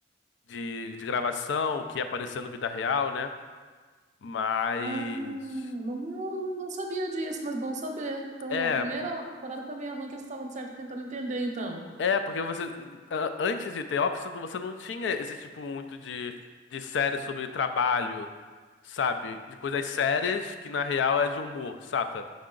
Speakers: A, on the left; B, on the right.
A: de, de gravação que ia aparecendo na vida real, né? Mas
B: Ah, não, não não sabia disso, mas bom saber. Então,
A: É,
B: a primeira temporada foi meio ruim, que eles estavam, de certo, tentando entender, então.
A: é, porque você. a- Antes de The Office, você não tinha esse tipo muito de, de série sobre trabalho, sabe? De coisas sérias que na real é de humor, saca?